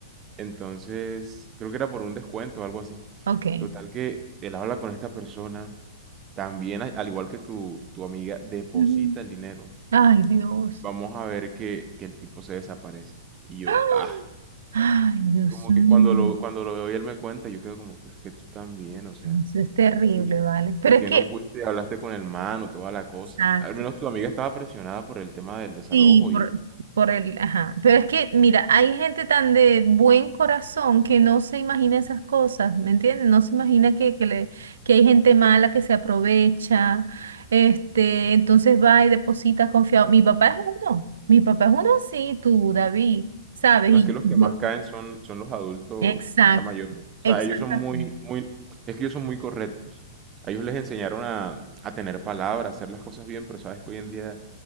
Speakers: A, on the right; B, on the right.
A: Entonces, creo que era por un descuento o algo así.
B: Ok.
A: Total que él habla con esta persona, también a- al igual que tu, tu amiga, deposita
B: ujú.
A: el dinero.
B: Ay, Dios.
A: Vamos a ver que, que el tipo se desaparece. Y yo,
B: ¡Ah!
A: ah,
B: Ay, Dios
A: como
B: Mm.
A: que cuando
B: mío,
A: lo, cuando lo veo y él me cuenta, yo quedo como, pero es que tú también, o sea,
B: eso es terrible,
A: sí,
B: ¿vale? Pero
A: ¿por qué
B: es que,
A: no fuiste hablaste con el man o toda la cosa?
B: exacto,
A: Al menos tu amiga estaba presionada por el tema del desalojo
B: sí, por,
A: y
B: por el, ajá, pero es que, mira, hay gente tan de buen corazón que no se imagina esas cosas, ¿me entiendes? No se imagina que, que, le, que hay gente mala que se aprovecha, este, entonces va y deposita confiado. Mi papá es uno, mi papá es uno, sí, tú, David, ¿sabes?
A: No,
B: Y
A: es que los
B: yo,
A: que más caen son, son los adultos
B: exacto,
A: ya mayores. O
B: exactamente.
A: sea, ellos son muy, muy, es que ellos son muy correctos. A ellos les enseñaron a, a tener palabra, a hacer las cosas bien, pero sabes que hoy en día